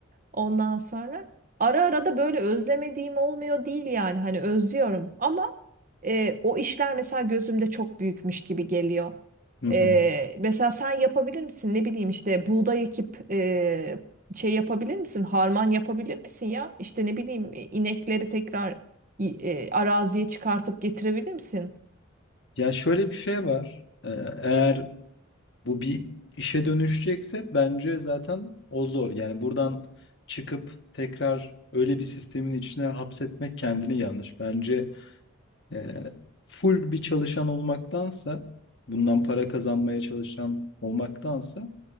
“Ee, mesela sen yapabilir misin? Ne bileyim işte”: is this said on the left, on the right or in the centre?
Right